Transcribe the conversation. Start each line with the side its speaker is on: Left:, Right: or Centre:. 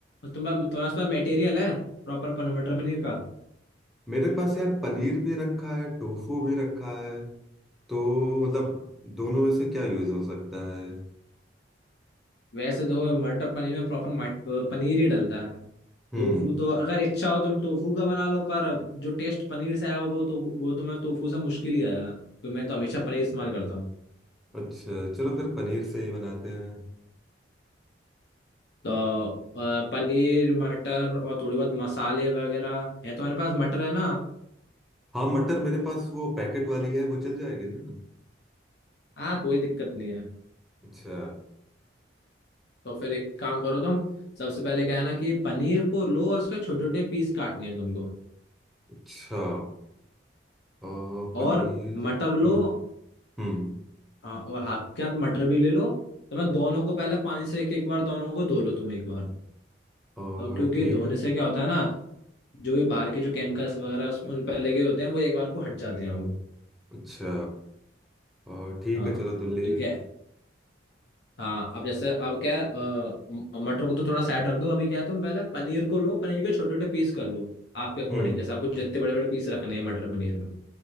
Left: तुम्हारा तुम्हारे पास मटेरियल है प्रॉपर पन मटर पनीर का
Centre: मेरे पास यार पनीर भी रखा है टोफू भी रखा है तो मतलब दोनों में से क्या यूज हो सकता है
Left: वैसे देखो मटर पनीर में प्रॉपर पनीर ही डलता है
Centre: हम्म
Left: टोफू तो अगर इच्छा हो तुम टोफू का बना लो पर जो टेस्ट पनीर से आएगा वो तो वो तुम्हें टोफू से मुश्किल ही आएगा तो मैं तो हमेशा पनीर इस्तेमाल करता हूँ
Centre: अच्छा चलो फिर पनीर से ही बनाते हैं
Left: तो अ, पनीर मटर और थोड़ी बहुत मसाले वगैरह है तुम्हारे पास मटर है ना
Centre: हाँ मटर मेरे पास वो पैकेट वाली है वो चल जाएगी ना
Left: हाँ कोई दिक्कत नहीं है
Centre: अच्छा
Left: तो फिर एक काम करो तुम सबसे पहले क्या है ना कि पनीर को लो और उसके छोटे छोटे पीस काटने हैं तुमको
Centre: अच्छा अ,
Left: और
Centre: पनीर
Left: मटर लो
Centre: हम्म हम्म
Left: हाँ और हाथ के हाथ मटर भी ले लो तो मैं दोनों को पहले पानी से एक एक बार दोनों को धो लो तुम एक बार
Centre: और
Left: तो क्योंकि
Centre: ठीक
Left: धोने
Centre: है
Left: से क्या होता है ना जो भी बाहर के जो केमिकल्स वगैरह उस- उन पर लगे होते हैं वो एक बार को हट जाते हैं वो
Centre: अच्छा और ठीक
Left: हाँ
Centre: है चलो दुल्ले
Left: ठीक है हाँ अब जैसे अब क्या है अ, म- मटर को तो थोड़ा साइड रख दो अभी क्या है तुम पहले पनीर को लो पनीर के छोटे छोटे पीस कर लो आपके अकॉर्डिंग
Centre: हम्म
Left: जैसे आपको जितने बड़े बड़े पीस रखने हैं मटर पनीर में